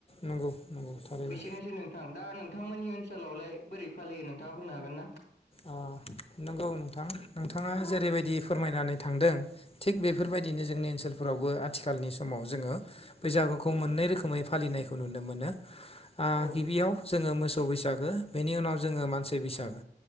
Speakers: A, on the left (about 30°); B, on the left (about 65°).
A: नंगौ नंगौ थारैनो
B: बेसेनोसै नोंथां। दा नों थांमोननि ओनसोलावलाय बोरै फालियो नोंथाङा बुंनो हागोन ना?
A: अ नंगौ नोंथां। नोंथाङा जेरैबायदि फोरमायनानै। थांदों। थिग बेफोरबायदिनो जोंनि ओनसोल फोरावबो आथिखालनि समाव जोङो बैसागुखौ मोननै रोखोमै फालिनायखौ नुनो मोनो। ओ
B: औ
A: गिबियाव जोङो मोसौ बैसागो बेनि उनाव जोङो मानसि बैसागो।